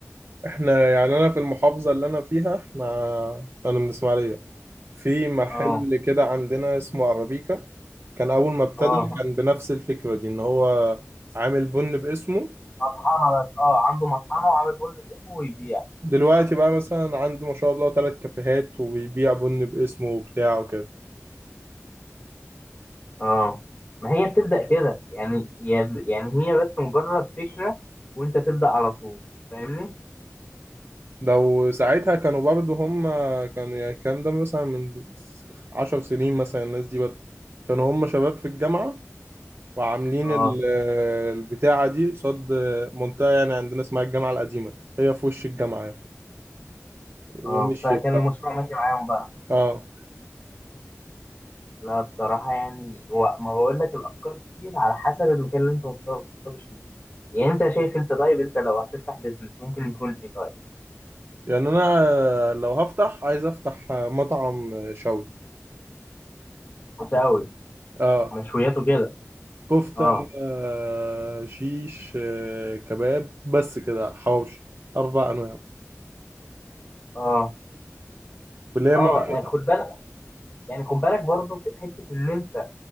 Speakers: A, on the right (about 45°); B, on the left (about 35°).
A: احنا يعني انا في المحافظة اللي انا فيها احنا انا من اسماعيلية في محل
B: اه
A: كده عندنا اسمه عربيكا كان أول ما ابتدى
B: اه
A: كان بنفس الفكرة دي إن هو عامل بن باسمه
B: مطحنه بس اه عنده مطحنه وعامل بن باسمه ويبيع
A: دلوقتي بقى مثلا عنده ما شاء الله ثلاث كافيهات وبيبيع بن باسمه وبتاع وكده
B: اه ما هي بتبدأ كده يعني يا- يعني هي بس مجرد فكرة وانت تبدأ على طول فاهمني
A: ده وساعتها كانوا برضه هم كانوا يعني الكلام ده مثلا من عشر سنين مثلا الناس دي بدأ. كانوا هم شباب في الجامعة وعاملين
B: اه
A: ال- البتاعة دي قصاد منطقة يعني عندنا اسمها الجامعة القديمة هي في وش الجامعة يعني ومشيت
B: اه فكان
A: بقى
B: المشروع ماشي معاهم بقى
A: اه
B: لا بصراحة يعني هو- ما بقول لك الافكار كتير على حسب المكان اللي انت متخصص فيه يعني انت شايف انت طيب انت لو هتفتح بيزنس ممكن يكون ايه طيب
A: يعني انا لو هفتح عايز افتح مطعم شوي
B: مشاوي
A: اه
B: مشويات وكده
A: كفتة
B: اه
A: آه، شيش آه، كباب بس كده حواوشي اربع انواع بس
B: اه
A: اللي هي
B: اه
A: ماركت
B: آه، خد بالك يعني خد بالك برضه في حتة ان انت